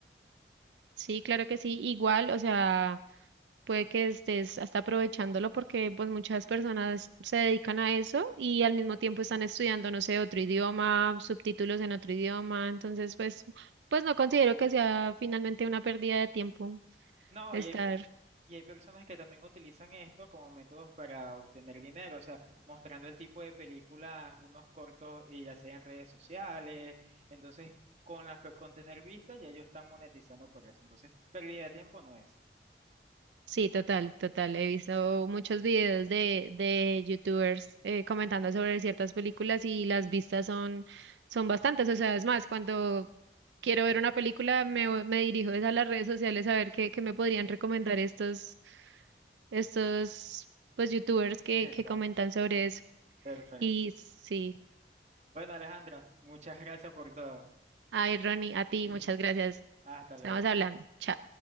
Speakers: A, on the right; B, on the right.
A: Sí, claro que sí, igual, o sea, puede que estés hasta aprovechándolo porque pues muchas personas se dedican a eso y al mismo tiempo están estudiando, no sé, otro idioma, subtítulos en otro idioma, entonces pues, pues no considero que sea finalmente una pérdida de tiempo
B: No,
A: estar
B: y hay, Y hay personas que también utilizan esto como métodos para obtener dinero, o sea, mostrando el tipo de películas, unos cortos, eh, ya sea en redes sociales. Entonces, con las, pe- con tener vistas, ya ellos están monetizando por eso. Entonces, pérdida de tiempo no es.
A: Sí, total, total. He visto muchos videos de, de YouTubers eh, comentando sobre ciertas películas y las vistas son, son bastantes. O sea, es más, cuando quiero ver una película me, voy- me dirijo es a las redes sociales a ver qué, qué me podrían recomendar estos, estos pues YouTubers que,
B: Exacto,
A: que comentan sobre eso.
B: perfecto.
A: Y sí,
B: Bueno, Alejandra, muchas gracias por todo.
A: ay, Ronnie, a ti,
B: <laughs>
A: muchas gracias.
B: Hasta
A: Estamos
B: luego.
A: hablando. Chao.